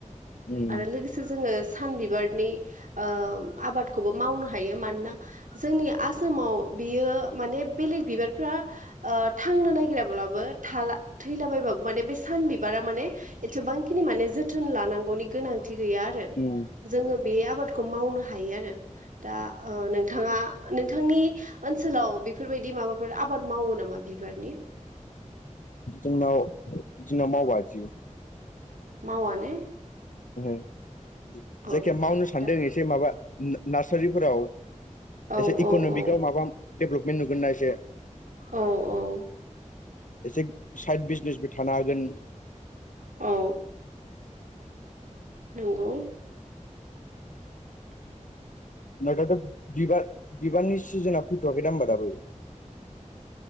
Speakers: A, on the left; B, on the right.
A: उम
B: आरो लोगोसे जोङो सान बिबारनि ओ आबादखौबो मावनो हायो। मानोना जोंनि आसामाव बियो माने बेलेग बिबारफ्रा ओ थांनो नागिराब्लाबो थाला थैलाबायबा माने बे सान बिबारा माने एसेबांखिनि माने जोथोन लानांगौनि गोनां थिगैया आरो
A: उम
B: जोङो बे आबादखौ मावनो हायो आरो दा ओ नोंथाङा नोंथांनि ओनसोलाव बेफोरबायदि माबाफोर आबाद मावो नामा बिबारनि?
A: जोंनाव जोंनाव मावा इदि।
B: मावा ने?
A: ओहो जायखिया
B: औ
A: मावनो सानदों
B: दा
A: एसे माबा नार्सारिफोराव
B: औ
A: एसे
B: औ
A: इकन'मिकाव
B: औ
A: माबा डेभेलपमेन्ट नुगोनना एसे?
B: औ औ।
A: एसे साइड बिजनेसबो थानो हागोन
B: औ नंगौ? <unintelligible>
A: होमबा दाथ' बिबार बिबारनि सिजोना फैथ'वाखै दां होमबा दाबो?